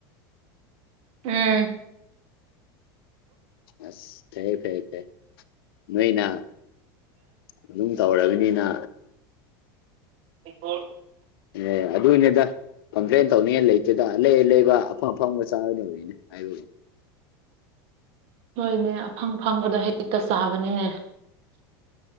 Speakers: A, on the right (about 55°); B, on the left (about 75°).
A: ꯎꯝ꯫
B: ꯑꯁ ꯐꯩ ꯐꯩ ꯐꯩ ꯅꯣꯏꯅ ꯑꯗꯨꯝ ꯇꯧꯔꯕꯅꯤꯅ
A: <unintelligible>
B: ꯑꯦ ꯑꯗꯨꯅꯦꯗ꯫ ꯀꯝꯄ꯭ꯂꯦꯟ ꯇꯧꯅꯤꯡꯉꯥꯏ ꯂꯩꯇꯦꯗ ꯑꯂꯩ ꯑꯂꯩꯕ ꯑꯐꯪ ꯑꯐꯪꯕ ꯆꯥꯒꯗꯧꯔꯤꯅꯦ <unintelligible>
A: ꯍꯣꯏꯅꯦ ꯑꯐꯪ ꯐꯪꯕꯗꯣ ꯍꯦꯛꯇ ꯆꯥꯕꯅꯦꯅꯦ